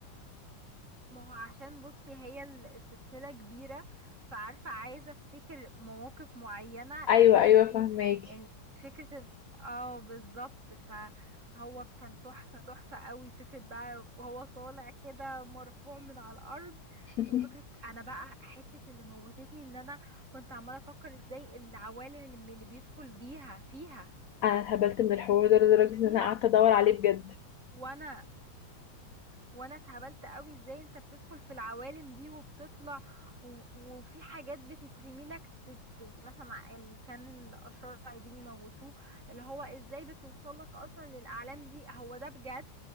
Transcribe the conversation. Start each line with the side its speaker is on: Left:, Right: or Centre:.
Right: ما هو عشان بصي هي ال- السلسله كبيره فعارفه عايزه افتكر مواقف معينه
Left: ايوه
Right: يعني مثلا
Left: ايوه
Right: ايه
Left: فهماكي
Right: يعني فكره إن- اه بالظبط فهو كان تحفه تحفه قوي فكره بقى وهو طالع كده مرفوع من على الارض
Left: <laughs>
Right: وفكرة انا بقى حتة اللي موتتني ان انا كنت عمالة افكر ازاي العوالم اللي اللي بيدخل بيها فيها
Left: انا اتهبلت من الحوار ده لدرجه
Right: شفتيها
Left: ان انا قعدت ادور عليه بجد
Right: وانا وانا اتهبلت قوي ازاي انت بتدخل في العوالم دي وبتطلع و... وفي حاجات بتترمي لك ت... ت... مثلا اللي كان الاشرار عايزين يموتوه اللي هو ازاي بتوصل لك اصلا للاعلام دي هو ده بجد